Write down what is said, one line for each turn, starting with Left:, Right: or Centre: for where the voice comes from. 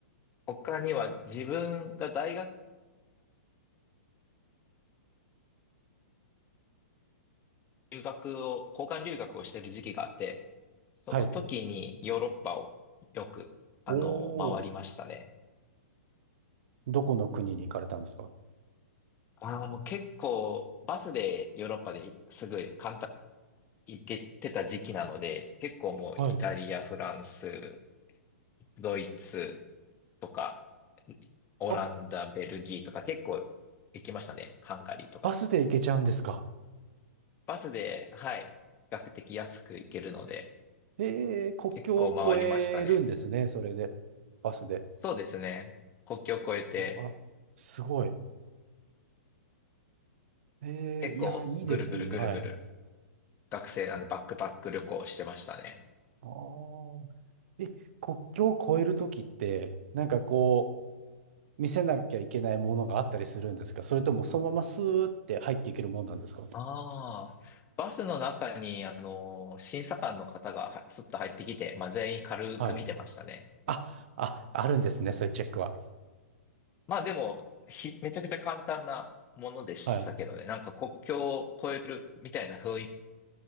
Left: 他には自分が大学留学を、交換留学をしてる時期があって、その時にヨーロッパをよく、
Right: はい。お
Left: あの、回りましたね。
Right: お、どこの国に行かれたんですか
Left: ああ、もう結構バスでヨーロッパですぐ簡単行っててた時期なので、結構もうイタリア、
Right: はい。
Left: フランス、ドイツとか、オランダ、
Right: あ、
Left: ベルギーとか結構行きましたね。ハンガリーとか。
Right: バスで行けちゃうんですか
Left: バスで、はい、比較的安く行けるので、
Right: ええ、国境を越えるんですね、
Left: 結構回りましたね。
Right: それで。バスで。
Left: そうですね。国境を越えて、
Right: あ、すごい。えー、
Left: 結構ぐるぐるぐるぐる、
Right: いや、いいですね。はい。
Left: 学生なんでバックパック旅行してましたね。
Right: ああ。え、国境を越えるときって、なんかこう、見せなきゃいけないものがあったりするんですかそれともそのままスーって入っていけるもんなんですか
Left: ああ、バスの中に、あの、審査官の方がはすっと入ってきて、まあ、全員軽く見てましたね。
Right: はい。あ、あ、あるんですね。そういうチェックは。
Left: まあでも、ひ、めちゃくちゃ簡単なものでしたけどね。
Right: はい。
Left: なんか国境を越えるみたいな雰囲